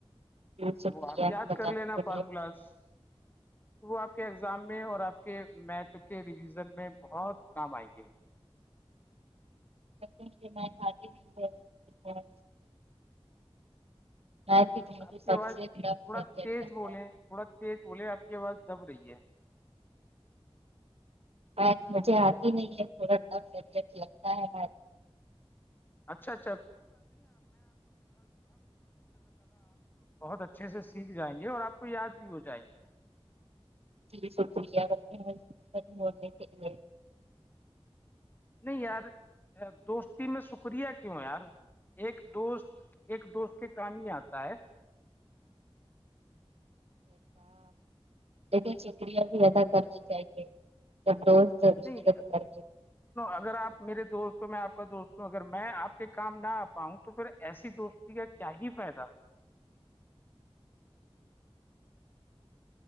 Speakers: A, on the right; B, on the left.
A: شکریہ
B: وہ آپ یاد
A: بتانے
B: کر لینا
A: کے
B: فارمولاز
A: لیے
B: وہ آپ کے ایگزام میں اور آپ کے میتھ کے ریویژن میں بہت کام آئیں گے وہ
A: ل میں کھی نہیں ہے ہاں میتھ تو مجھے
B: آپ
A: سب
B: کی آواز
A: سے ٹف سبجیکٹ
B: تھوڑا تیز
A: لگتا
B: بولیں
A: ہے
B: تھوڑا تیز بولیں آپ کی آواز دب رہی ہے
A: ٹ مجھے آتی نہیں ہے تھوڑا سا فبٹ لگتا ہے
B: <unintelligible> بہت اچھے سے سیکھ جائیں گے اور آپ کو یاد بھی ہو جائیں گے
A: جی شکریہ بنے ہوڑنے کے لیے
B: نہیں یار دوستی میں شکریہ کیوں یار ایک دوست ایک دوست کے کام ہی آتا ہے
A: لیکن شکرییاں بھی ادا کرنی چاہیے جب رز جرب
B: نہیں
A: کر
B: اگر آپ میرے دوست ہو میں آپ کا دوست ہوں اگر میں آپ کے کام نہ آ پاؤں تو پھر ایسی دوستی کا کیا ہی فائدہ